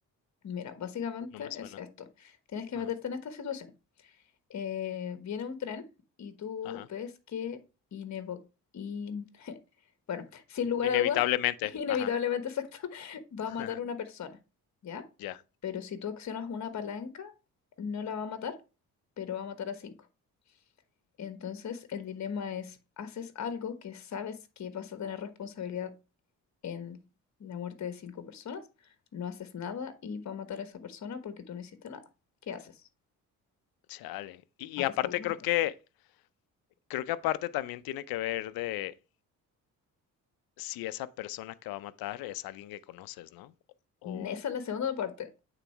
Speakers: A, on the left (about 50°); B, on the left (about 85°).
A: Mira, básicamente
B: No me suena.
A: es esto. Tienes que
B: Ajá,
A: meterte en esta situación. eh, viene un tren y tú
B: ajá.
A: ves que inevo- in- <laughs> bueno, sin
B: In-
A: lugar
B: inevitablemente,
A: a dudas, <laughs> inevitablemente
B: ajá.
A: exacto, va
B: <laughs>
A: a matar una persona, ¿ya?
B: Ya,
A: Pero si tú accionas una palanca, no la va a matar, pero va a matar a cinco. Entonces el dilema es, ¿haces algo que sabes que vas a tener responsabilidad en la muerte de cinco personas? No haces nada y va a matar a esa persona porque tú no hiciste nada. ¿Qué haces?
B: chale. Y, y
A: ¿Matas
B: aparte
A: a uno,
B: creo
A: matas?
B: que creo que aparte también tiene que ver de si esa persona que va a matar es alguien que conoces, ¿no? O
A: Esa es la segunda parte,